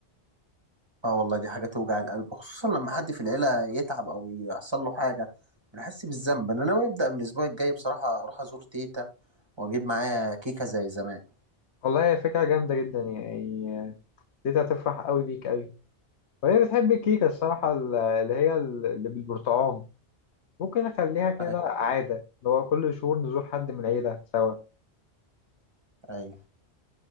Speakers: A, on the right (about 25°); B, on the left (about 85°).
A: اه والله دي حاجة توجع القلب خصوصا لما حد في العيلة يتعب أو يحصل له حاجة بنحس بالذنب أنا ناوي أبدأ من الأسبوع الجاي بصراحة أروح أزور تيتا وأجيب معايا كيكة زي زمان
B: والله هي فكره جامده جدا يعني دي هتفرح قوي بيك قوي وهي بتحب الكيكه الصراحه اللي هي اللي بالبرتقال ممكن اخليها كده
A: أي
B: عاده اللي هو كل شهور نزور حد من العيله سوا
A: أي